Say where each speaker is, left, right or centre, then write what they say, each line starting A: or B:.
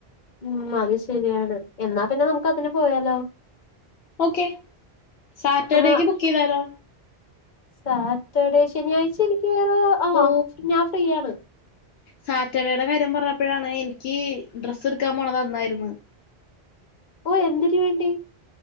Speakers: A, on the left (about 50°); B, on the left (about 75°).
A: ഉം അത് ശരിയാണ്, എന്നാ പിന്നെ നമുക്ക് അതിന് പോയാലോ?
B: ഓക്കേ സാറ്റർഡേക്ക്
A: ആഹ്
B: ബുക്ക് ചെയ്താലോ?
A: സാറ്റർഡേ ശനിയാഴ്ച എനിക്ക് ആഹ്
B: ഓ
A: ഞാൻ ഫ്രീയാണ്.
B: സാറ്റർഡേയുടെ കാര്യം പറഞ്ഞപ്പോഴാണ് എനിക്ക് ഡ്രസ്സ് എടുക്കാൻ പോണത് അന്നായിരുന്നു.
A: ഓ എന്തിന് വേണ്ടി.